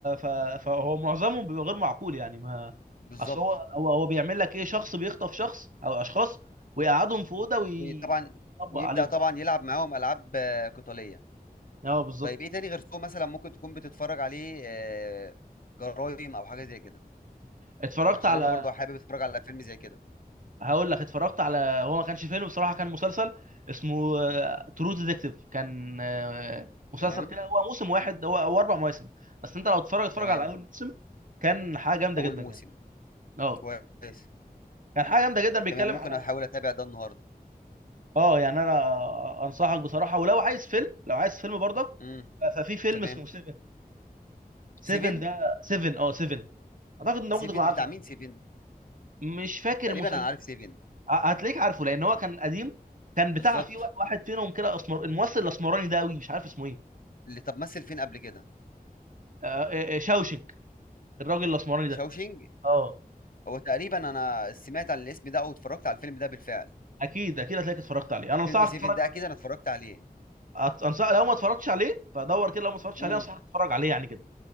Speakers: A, on the right; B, on the left.
A: ف... فهو معظمه بيبقى غير معقول يعني ما
B: بالظبط
A: اصل هو هو هو بيعمل لك ايه شخص بيخطف شخص او اشخاص ويقعدهم في اوضه ويطبق
B: طبعا ويبدأ
A: عليهم
B: طبعا
A: بقى
B: يلعب معاهم ألعاب آه، قتالية
A: اه بالظبط
B: طيب إيه تاني غير سوق مثلا ممكن تكون بتتفرج عليه آه جرايم أو حاجة زي كده
A: اتفرجت
B: عشان
A: على
B: أنا برضه حابب أتفرج على فيلم زي كده
A: هقول لك اتفرجت على هو ما كانش فيلم بصراحه كان مسلسل اسمه ترو ديتكتيف كان آه، مسلسل
B: تمام
A: كده هو موسم واحد هو او اربع مواسم بس انت لو تتفرج اتفرج
B: تمام
A: على اول موسم كان حاجه جامده
B: أول
A: جدا
B: موسم
A: يعني اه
B: كويس
A: كان حاجه جامده جدا بيتكلم
B: تمام ممكن
A: على
B: أحاول أتابع ده النهاردة
A: اه يعني انا انصحك بصراحه ولو عايز فيلم لو عايز فيلم برضك
B: مم.
A: ف- ففي فيلم
B: تمام
A: اسمه 7 7
B: سيفن
A: ده 7 اه 7 اعتقد ان
B: سيفن
A: ممكن تكون عارفه
B: بتاع
A: يعني.
B: مين سيفن
A: مش فاكر
B: تقريبا
A: مسم
B: انا عارف سيفن
A: ه- هتلاقيك عارفه لان هو كان قديم كان بتاع
B: بالظبط
A: فيه وا- واحد فينهم كده اسمر الممثل الاسمراني ده قوي مش عارف اسمه ايه
B: اللي طب مثل فين قبل كده
A: آه، آه، آه، شاوشنك الراجل الاسمراني
B: شاوشينج
A: ده اه
B: هو تقريبا انا سمعت عن الاسم ده او اتفرجت على الفيلم ده بالفعل
A: اكيد اكيد هتلاقيك اتفرجت عليه انا انصحك
B: فيلم سيفن
A: تتفرج
B: ده
A: على
B: اكيد انا اتفرجت عليه
A: أت- انصح لو ما اتفرجتش عليه فدور كده لو ما اتفرجتش
B: امم
A: عليه انصحك تتفرج عليه يعني كده